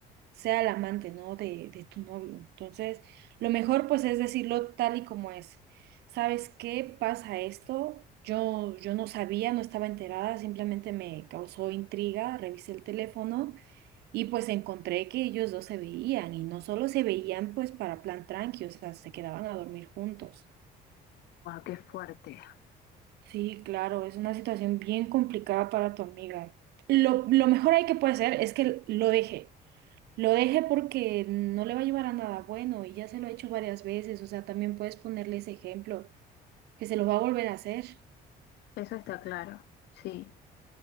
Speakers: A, on the right; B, on the left.
A: sea la amante, ¿no? De, de tu novio. Entonces, lo mejor pues es decirlo tal y como es. ¿Sabes qué pasa esto? Yo, yo no sabía, no estaba enterada, simplemente me causó intriga, revisé el teléfono y pues encontré que ellos dos se veían y no solo se veían pues para plan tranqui, o sea, se quedaban a dormir juntos.
B: ¡Wow, qué fuerte!
A: Sí, claro, es una situación bien complicada para tu amiga. Lo, lo mejor ahí que puede hacer es que lo deje. Lo deje porque no le va a llevar a nada bueno y ya se lo he hecho varias veces, o sea, también puedes ponerle ese ejemplo, que se lo va a volver a hacer.
B: Eso está claro, sí.